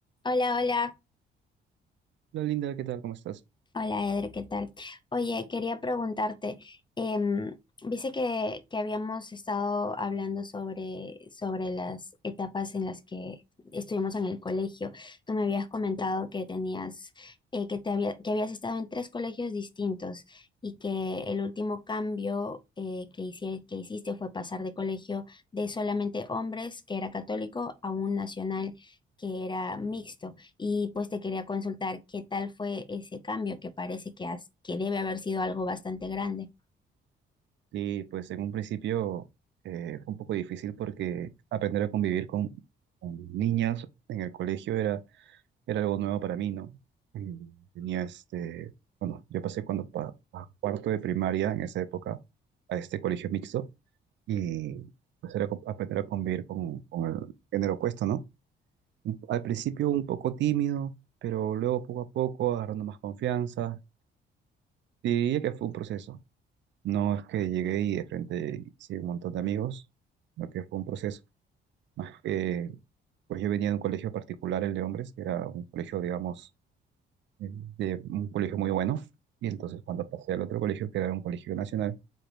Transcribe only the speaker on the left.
Hola, hola,
hola Eder, ¿qué tal? Oye, quería preguntarte, em, viste que, que habíamos estado hablando sobre, sobre las etapas en las que estuvimos en el colegio. Tú me habías comentado que tenías, eh, que te había, que habías estado en tres colegios distintos y que el último cambio eh, que hici- que hiciste fue pasar de colegio de solamente hombres, que era católico, a un nacional que era mixto. Y pues te quería consultar qué tal fue ese cambio que parece que, has- que debe haber sido algo bastante grande.